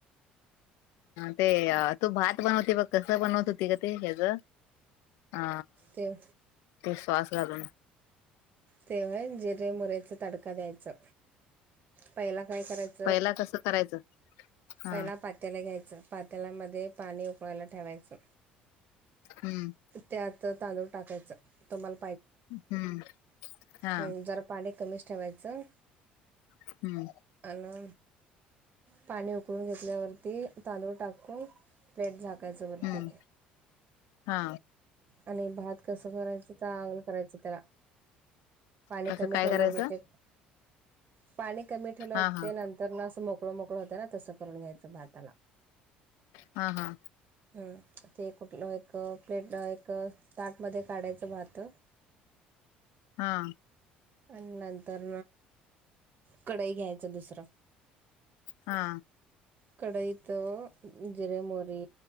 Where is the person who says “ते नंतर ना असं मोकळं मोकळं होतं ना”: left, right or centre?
Right